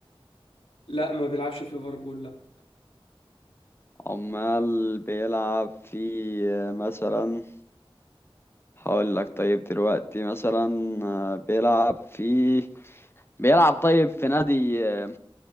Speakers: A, on the left; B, on the left.
A: لا ما بيلعبش في ليفربول لا
B: امال بيلعب في مثلا هقول لك طيب دلوقتي مثلا آه، بيلعب في بيلعب طيب في نادي آه،